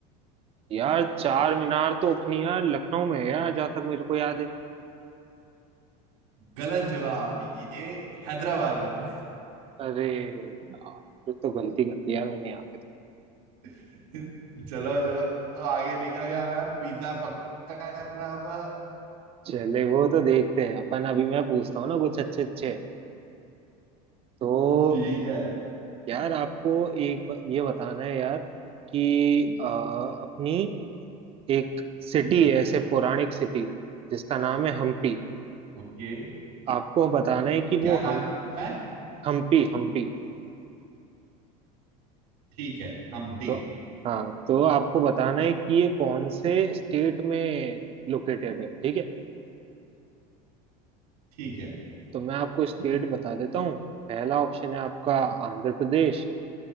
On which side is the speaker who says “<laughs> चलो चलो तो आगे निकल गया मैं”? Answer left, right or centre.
Right